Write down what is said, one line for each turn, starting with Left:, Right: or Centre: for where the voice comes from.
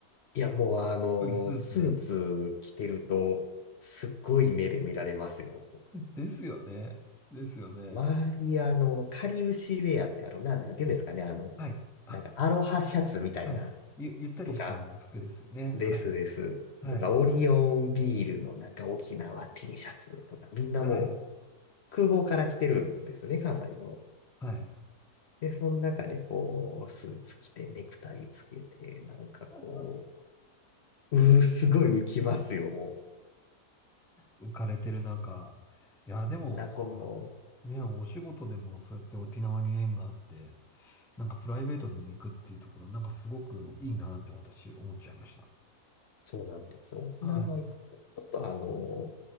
Left: いや、
Centre: ひっ
Left: もうあの、
Centre: くりスーツで。
Left: スーツ着てると、すっごい目で見られますよ。
Centre: ですよね。ですよね。
Left: 周り、あの、かりゆしウェアってあの、な、なんていうんですかね、あの、
Centre: はい。あ、
Left: なんかアロハシャツみたいな、
Centre: はい。ゆ、ゆったりした服ですよね。
Left: とか、ですです。
Centre: はい。
Left: とか、
Centre: はい。
Left: オリオンビールのなんか沖縄 T シャツとか、みんなもう
Centre: はい。
Left: 空港から来てるんですね、関西の。
Centre: はい。
Left: で、その中でこう、スーツ着て、ネクタイつけて、なんかこ
Centre: <laughs>
Left: う、うー、すごい浮きますよ、も
Centre: 浮かれてる中。いや、でも、
Left: う。みんなこう、
Centre: なんか、ね、お仕事でもそうやって沖縄に縁があって、なんかプライベートでも行くっていうところは、なんかすごくいいなって私思っちゃいました。
Left: そうなんです。沖縄行くと、
Centre: は
Left: ちょっとあの、